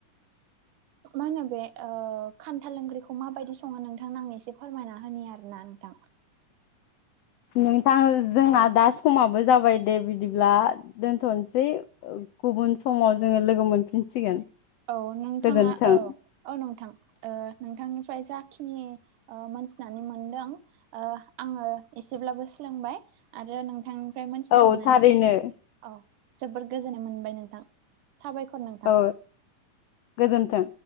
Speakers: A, on the right; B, on the left.
A: मा होनो बे खान्थाल ओंख्रि खौ माबायदि सङो नोंथां आं एसे फोरमायना होयो आरोना नों <unintelligible> <inaudible>
B: नोंथां जोंना दा समाबो जाबाय दे बिदिब्ला दोनथ'नोसै गुबुन समाव जोङो लोगो मोनफिनसिगोन।
A: औ नोंथाङा
B: गोजोन्थों
A: औ औ नोंथां नोंथांनिफ्राय जाखिनि ओ मोनथिनानै मोनदों ओ आङो एसेब्लाबो सोलोंबाय आरो नोंथां‌। ओमफ्राय मोनथिना
B: औ
A: मोननानै
B: थारैनो
A: औ जोबद गोजोननाय मोनबाय नोंथां साबायखर नोंथां।
B: औ गोजोन्थों।